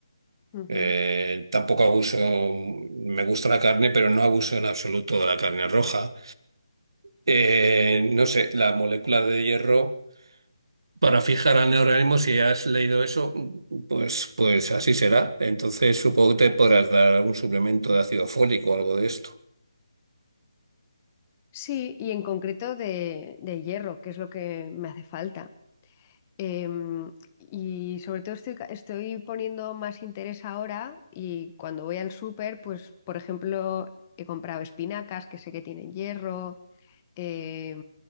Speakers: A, on the left; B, on the right.
A: Ujú.
B: Eh, tampoco abuso, me gusta la carne, pero no abuso en absoluto de la carne roja. Eh, no sé, la molécula de hierro para fijar al neorganismo, si has leído eso, pues, pues así será. Entonces supongo que te podrás dar algún suplemento de ácido fólico o algo de esto.
A: Sí, y en concreto de, de hierro, que es lo que me hace falta. Em, y sobre todo estoy, ca- estoy poniendo más interés ahora y cuando voy al súper, pues por ejemplo, he comprado espinacas que sé que tienen hierro, eh,